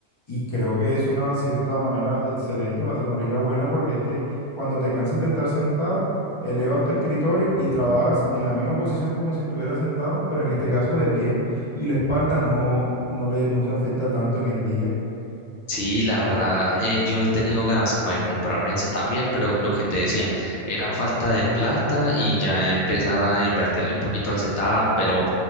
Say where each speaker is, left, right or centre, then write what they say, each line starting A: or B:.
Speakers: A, on the left; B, on the left.
A: Y creo que es una cierta manera excelente, una tecnología buena, porque es que cuando te canses de estar sentado, elevas tu escritorio y trabajas en la misma posición como si estuvieras sentado, pero en este caso de pie, y la espalda no, no, le, no se afecta tanto en el día.
B: Sí, la verdad, eh, yo he tenido ganas como de comprar mesa también, pero lo que te decía, era falta de plata y ya empezar a invertirle un poquito al setup, pero